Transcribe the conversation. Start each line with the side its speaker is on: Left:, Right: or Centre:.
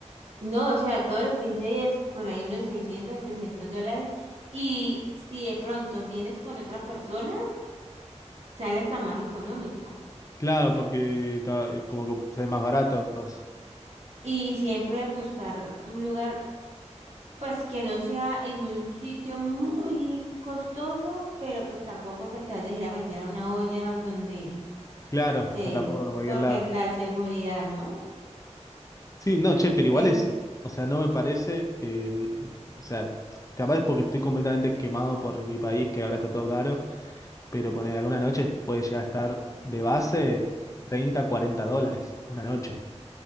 Right: No, o sea, todos los 15 días, por ahí unos 600, 700 dólares. Y si de pronto vienes con otra persona, sale hasta más económico.
Left: Claro, porque está, eh, como que sale más barato. entonces.
Right: Y siempre buscar un lugar, pues que no sea en un sitio muy costoso, pero pues tampoco que te vayas a ir a meter a una olla donde
Left: Claro,
Right: te...
Left: con tampoco de cualquier
Right: Porque
Left: lado.
Right: la seguridad, ¿no?
Left: Sí, no, che, pero igual
Right: Ve,
Left: es, o sea, no me parece, eh, o sea, capaz porque estoy completamente quemado por mi país, que ahora está todo caro, pero poner alguna noche puede llegar a estar de base 30 40 dólares, una noche.